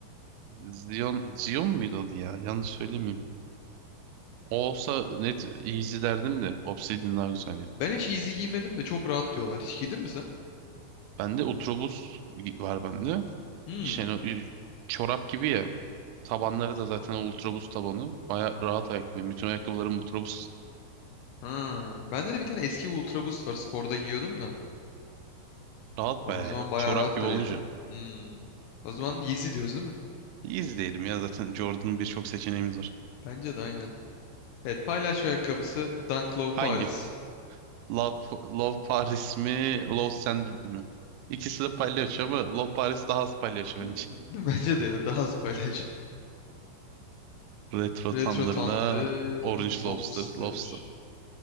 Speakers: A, on the right; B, on the left.
A: Zion, Zion muydu adı ya? Yanlış söylemeyeyim. O olsa net Easy derdim de. Obsidian daha güzel ya.
B: Ben hiç Yeezy giymedim de çok rahat diyorlar. Hiç giydin mi sen?
A: Bende Ultrabus var bende.
B: Hmm.
A: İşte hani o- çorap gibi ya. Tabanları da zaten o Ultrabus tabanı. Baya rahat ayakkabı. Bütün ayakkabılarım Ultrabus
B: Ha, bende de bir tane eski Ultra Boost var. Sporda giyiyordum da.
A: rahat
B: Abi
A: baya
B: o zaman
A: ya.
B: bayağı
A: Çorap
B: rahattır
A: gibi olunca.
B: ya. Hmm. O zaman Yeezy diyoruz değil mi?
A: Easy diyelim ya zaten Jordan'ın birçok seçeneğimiz var.
B: Bence de aynen. Evet paylaş ayakkabısı Dunk Low
A: Hangi?
B: Paris.
A: Love, Love Paris mi? Love Sand mi? İkisi de palyaço ama Love Paris daha az palyaço
B: Değil
A: bence.
B: mi? <laughs> Bence de ya daha az paylaş.
A: <laughs> Retro
B: Retro
A: Thunder'la
B: Thunder,
A: Orange Lobster.
B: Opster.
A: Lobster.